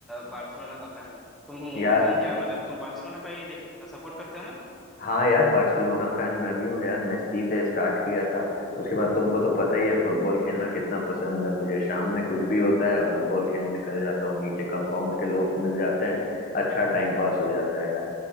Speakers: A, in the centre; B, on the left.
A: बार्सिलोना का फैन हो तुम
B: यार
A: तुम क्या मतलब तुम बार्सिलोना का ये देख सपोर्ट करते हो ना
B: हाँ यार बार्सिलोना फैन मैं भी हूँ यार मेस्सी से स्टार्ट किया था उसके बाद तुमको तो पता ही है फुटबॉल खेलना कितना पसंद है मुझे शाम में कुछ भी होता है फुटबॉल खेलने निकल जाता हूँ नीचे कंपाउंड के लोग मिल जाते हैं अच्छा टाइम पास हो जाता है यार